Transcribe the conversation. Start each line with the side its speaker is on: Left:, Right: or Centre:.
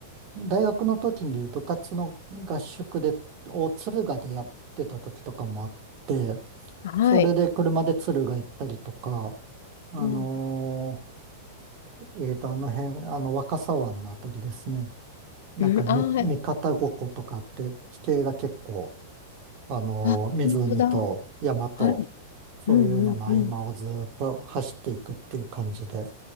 Right: 大学の時に部活の合宿で、を敦賀でやってた時とかもあって、
Left: はい。
Right: それで車で敦賀行ったりとか、あの
Left: うん、
Right: ーえーと、あの辺、あの若狭湾のあたりですね。なんかみ、
Left: あ
Right: 三方五湖とかって地形が結構、
Left: ー、
Right: あのー湖と山と、
Left: あ、本当だ。はい。
Right: そういうのの合間をずーっと走っていくっていう感じで。
Left: うん、うん、うん。